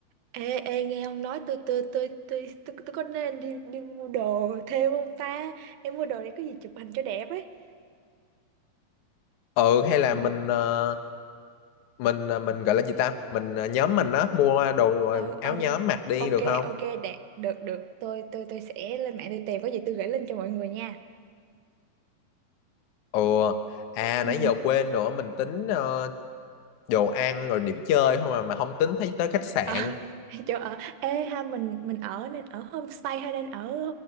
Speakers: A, on the right (about 80°); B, on the left (about 65°).
A: Ê, ê, nghe ông nói tôi tôi tôi tôi tôi, tôi có nên đi đi mua đồ thêm không ta? Em mua đồ để có gì chụp hình cho đẹp ấy.
B: ừ hay là
A: Ừ.
B: mình ờ, mình ờ, mình gọi là gì ta mình ờ, nhóm mình á mua đồ ờ,
A: Ờ,
B: áo
A: ờ.
B: nhóm mặc đi
A: Ok,
B: được không
A: ok, đẹp. Được, được. Tôi tôi tôi sẽ lên mạng tôi tìm có gì tôi gửi link cho mọi người nha.
B: ừ à
A: Ừ.
B: nãy giờ quên nữa mình tính ờ, đồ ăn rồi điểm chơi không mà mà không tính thấy tới khách sạn
A: À, <laughs> chỗ ở. Ê ha mình mình ở nên ở homestay hay nên ở